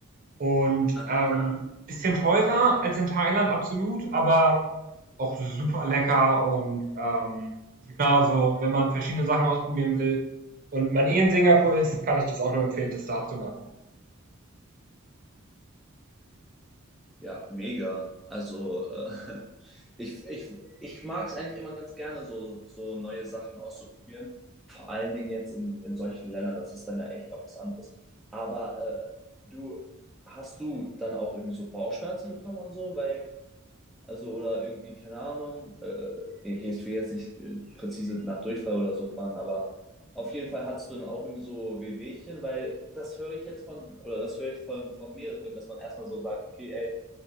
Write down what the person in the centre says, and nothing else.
Aha.
Ja, mega. Also, äh, <laughs> Ich, ich, ich mag es eigentlich immer ganz gerne, so, so neue Sachen auszuprobieren. Vor allen Dingen jetzt in, in solchen Ländern, das ist dann ja echt auch was anderes. Aber äh, du, hast du dann auch irgendwie so Bauchschmerzen bekommen und so? Weil, also, oder irgendwie, keine Ahnung, äh, ich ich will jetzt nicht äh, präzise nach Durchfall oder so fragen, aber auf jeden Fall hattest du dann auch irgendwie so Wehwehchen, weil das höre ich jetzt von, oder das höre ich von, von mehreren, dass man erstmal so sagt, okay, ey,